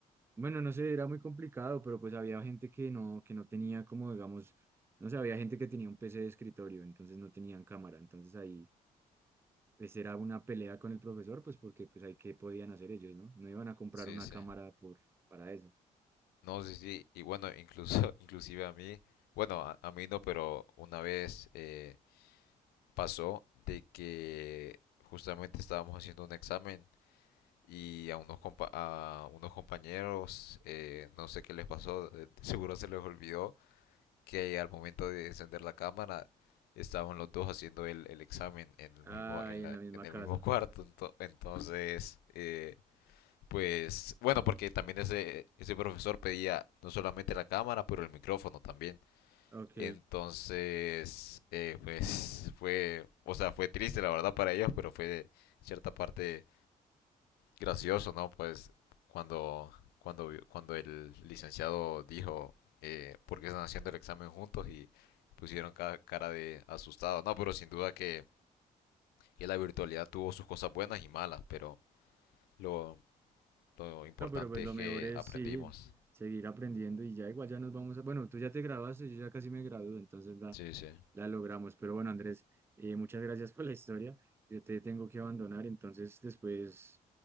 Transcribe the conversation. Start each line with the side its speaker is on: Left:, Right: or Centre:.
Right: Bueno, no sé, era muy complicado, pero pues había gente que no, que no tenía como, digamos, no sé, había gente que tenía un PC de escritorio, entonces no tenían cámara. Entonces ahí pues era una pelea con el profesor, pues porque pues ahí qué podían hacer ellos, ¿no? No iban a comprar
Left: sí,
Right: una
Left: sí.
Right: cámara por, para eso.
Left: No, sí, sí, y bueno, incluso, <laughs> inclusive a mí, bueno, a, a mí no, pero una vez eh, pasó de que justamente estábamos haciendo un examen y a unos, compa- a unos compañeros, eh, no sé qué les pasó, de- de seguro se les olvidó que al momento de encender la cámara estaban los dos haciendo el, el examen en el
Right: Ay,
Left: mismo, en la-
Right: en la misma
Left: en el
Right: casa.
Left: mismo <laughs> cuarto, ento- entonces... eh, pues bueno, porque también ese, ese profesor pedía no solamente la cámara, pero el micrófono también.
Right: Ok.
Left: Entonces, eh, pues fue, o sea, fue triste la verdad para ellos, pero fue de cierta parte gracioso, ¿no? Pues cuando, cuando, cuando el licenciado dijo eh, por qué están haciendo el examen juntos y pusieron ca- cara de asustado. No, pero sin duda que, que la virtualidad tuvo sus cosas buenas y malas, pero lo, lo importante
Right: No, pero pues lo
Left: es que
Right: mejor es
Left: aprendimos.
Right: sí, seguir aprendiendo y ya igual ya nos vamos a... Bueno, tú ya te graduaste, yo ya casi me gradúo, entonces va
Left: Sí, sí.
Right: La logramos, pero bueno, Andrés, eh, muchas gracias por la historia. Yo te tengo que abandonar, entonces después,